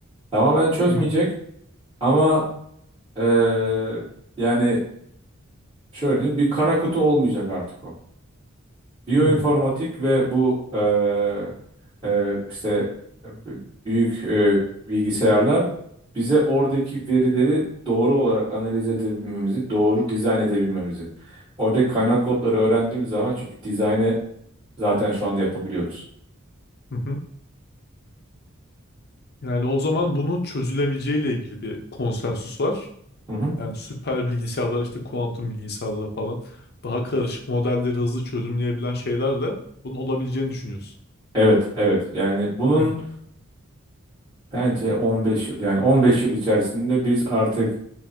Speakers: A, on the right; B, on the left.
A: Tamamen çözmeyecek
B: Hı
A: ama ee, yani şöyle diyeyim bir kara kutu olmayacak artık o. Biyoinformatik
B: hı.
A: ve bu eee, eee, işte e, b- büyük eee, bilgisayarlar bize oradaki verileri doğru olarak analiz edebilmemizi, doğru dizayn edebilmemizi. Oradaki kaynak kodları öğrendiğimiz zaman çünkü dizaynı zaten şu anda yapabiliyoruz.
B: Hı hı. Yani o zaman bunun çözülebileceğiyle ilgili bir konsensus var.
A: Hı hı.
B: Yani süper bilgisayarlar işte kuantum bilgisayarlar falan daha karışık modelleri hızlı çözümleyebilen şeylerle bunun olabileceğini düşünüyorsun.
A: Evet, evet. Yani bunun
B: Hı.
A: bence 15 yıl yani 15 yıl içerisinde biz artık